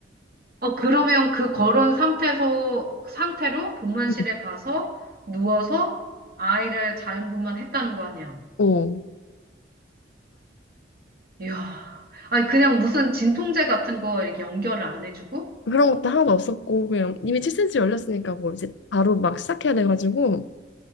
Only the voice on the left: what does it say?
음,
어
그런 것도 하나도 없었고 그냥 이미 7cm 열렸으니까 뭐 이제 바로 막 시작해야 돼가지고